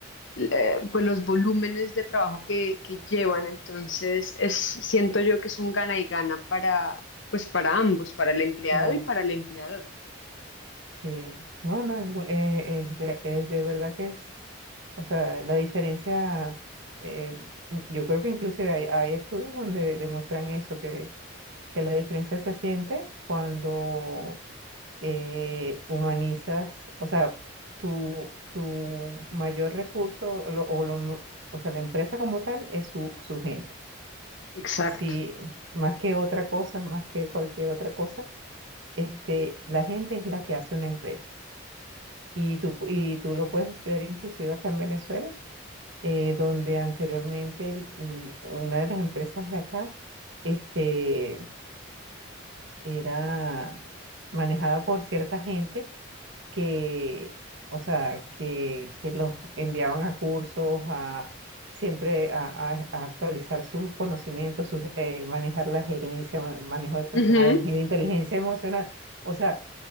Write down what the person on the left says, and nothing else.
eh, pues los volúmenes de trabajo que, que llevan, entonces es, siento yo que es un gana y gana para, pues para ambos, para el empleado
y para el empleador.
Exacto.
Ujú.